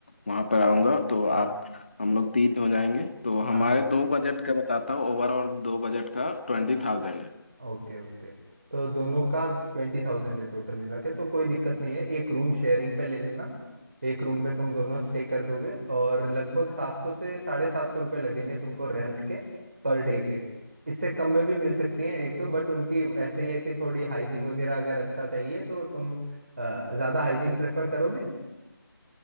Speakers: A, on the left; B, on the right.
A: वहाँ पर आऊँगा तो
B: हाँ
A: आप हम लोग तीन हो जाएंगे तो
B: हाँ
A: हमारे
B: हाँ
A: दो बजट का बताता हूँ ओवरऑल दो बजट का ट्वेंटी
B: हाँ
A: थाउजेंड है
B: Okay okay तो दोनों का ट्वेंटी थाउजेंड है टोटल मिला के तो कोई दिक्कत नहीं है एक रूम शेयरिंग पे ले लेना एक रूम में तुम दोनों स्टे कर दोगे और लगभग सात सौ से साढ़े सात सौ रुपये लगेंगे तुमको रेंट के पर डे के इससे कम में भी मिल सकती हैं एक दो बट उनकी ऐसे ही है कि थोड़ी हाइजीन वगैरह अगर अच्छा चाहिए तो तुम अ, ज़्यादा हाइजीन प्रेफर करोगे